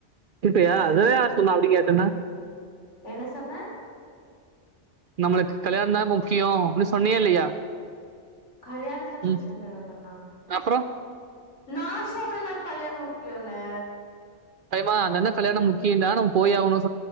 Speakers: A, on the right; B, on the left.
A: கேபையா
B: என்ன
A: அதுவே யார் சொன்ன அப்படி கேட்டன்னா
B: என்ன சொன்ன
A: நம்மளுக்கு கல்யாணம் தான் முக்கியம் அப்படின்னு சொன்னீயா இல்லையா
B: கல்யாணம் தான்
A: ம்
B: முக்கியம் னு சொன்ன ன
A: அப்புறம்
B: நா சொன்ன ன கலயாணம் முக்கியம்னு
A: ஆமா அதா கல்யாணம் முக்கிய நம்ம போய் ஆவனும்